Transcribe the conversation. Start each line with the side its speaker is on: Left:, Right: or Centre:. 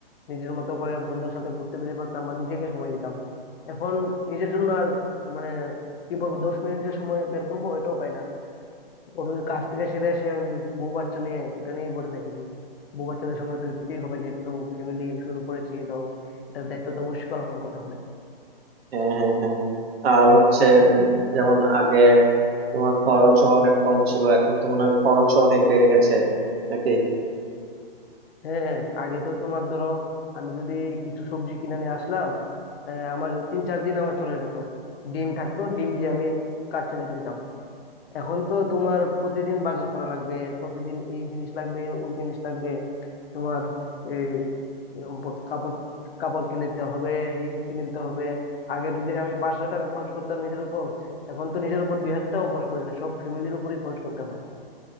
Left: নিজের মতো করে বন্ধুর সাথে ঘুরতে বেরিয়ে পড়তাম বা নিজেকে সময় দিতাম এখন নিজের জন্য আর মানে কি বলবো দশ মিনিটের সময় বের করবো এটাও পাই না ওই কাজ থেকে সেরে এসে ওই বউ বাচ্চা নিয়ে এটা নিয়েই পড়ে থাকি বউ বাচ্চাদের সময় তো দিতেই হবে যেহেতু ফ্যামিলি শুরু করেছি তো এটার দায়িত্ব তো অবশ্যই পালন করতে হবে
Right: হ্যাঁ হ্যাঁ হ্যাঁ আর হচ্ছে উম, যেমন আগে তোমার খরচও অনেক কম ছিল এখন তো মনে হয় খরচও অনেক বেড়ে গেছে নাকি
Left: হ্যাঁ হ্যাঁ আগে তো তোমার ধরো আমি যদি কিছু সবজি কিনে নিয়ে আসলাম আহ, আমার তিন চার দিন আমার চলে যেত ডিম থাকতো ডিম দিয়ে আমি কাজ চালিয়ে দিতাম এখন তো তোমার প্রতিদিন বাজার করা লাগবে প্রতিদিন এই জিনিস লাগবে ওই জিনিস লাগবে তোমার এই উম, প- কাপড় কাপড় কিনে দিতে হবে এই কিনে দিতে হবে আগে যদি আমি পাঁচ হাজার টাকা খরচ করতাম নিজের উপর এখন তো নিজের উপর দুই হাজার টাকা খরচ করি না সব ফ্যামিলির উপরেই খরচ করতে হয়